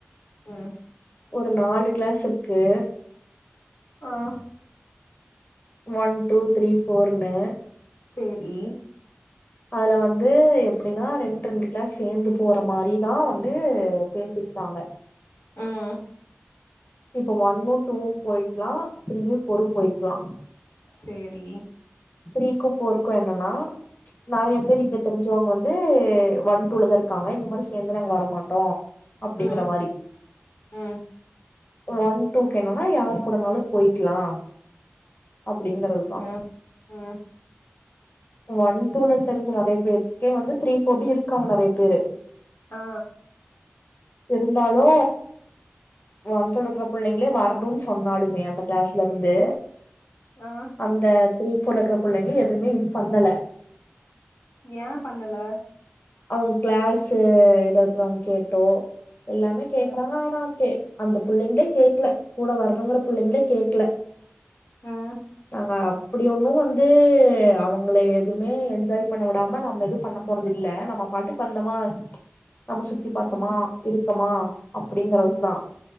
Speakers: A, on the left; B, on the left.
A: உம்
B: ஒரு நாலு கிளாஸ் இருக்கு
A: ஆஹ்
B: ஒன் டூ த்ரீ ஃபோர்னு
A: சேரி
B: அதுல வந்து எப்டினா ரெண் ரெண்டு கிளாஸ் சேந்து போற மாரிதா வந்து பேசிட்டாங்க
A: உம்
B: இப்ப ஒன்னும் டூவும் போயக்லா த்ரீயும் ஃபோரும் போயக்லா
A: சேரி
B: த்ரீக்கும் ஃபோர்க்கும் என்னனா நிறய
A: ம்
B: பேர் இங்க தெரிஞ்ச சிவங்க வந்து ஒன்டூலதா இருக்காங்க இந்த மாரி சேந்துலா நாங்க வரமாட்டோம் அப்டிங்ற
A: ம்
B: மாரி
A: ம்
B: ஒன் டூ கேணுனா யார் கூடனாலு போய்க்லாம் அப்டிங்கறதுதா
A: ம் ம்
B: ஒன் டூ ல தெரிஞ்ச நெறைய பேத்துக்கே வந்து த்ரீ ஃபோர்டி இருக்காங்க நெறைய பேரு
A: ஆ
B: இருந்தாலு ஒன் <unintelligible> புள்ளங்ளே வரணுன் சொன்னாலுமே அந்த கிளாஸ்லருந்து
A: ஆ
B: அந்த த்ரீ ஃபோல்லக்குற புள்ளைங்க எதுமே இது பண்ணல
A: ஏ பண்ணல
B: அவங் கிளாஸு <unintelligible> அவுங் கேட்டோ எல்லாமே கேக்குறாங்க
A: ம்
B: ஆனா க்கே அந்த புள்ளைங்ளே கேக்ல கூட வரணுங்குற புள்ளைங்ளே கேக்ல
A: ஆ
B: நாங்க அப் புடி ஒன்னு வந்து அவுங் ங்கள எதும்மே என்ஜாய் பண்ண வுடாம நம்ம எதுப் பண்ண போறதில்ல நம்ம பாட்டுக் வந்தொமா நம்ம சுத்தி பாத்தொமா
A: ம்
B: இருக் கமா அப்படிங்கறதுக்குதா